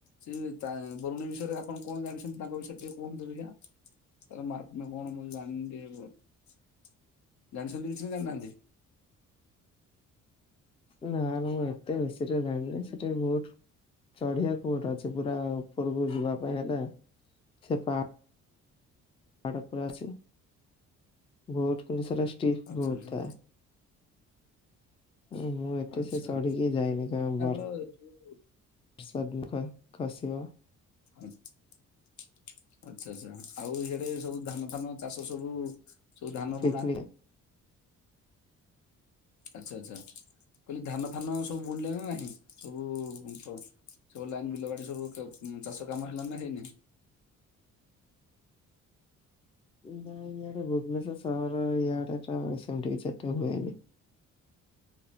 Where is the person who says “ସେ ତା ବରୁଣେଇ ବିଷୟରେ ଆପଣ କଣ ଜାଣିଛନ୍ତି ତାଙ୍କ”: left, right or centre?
Left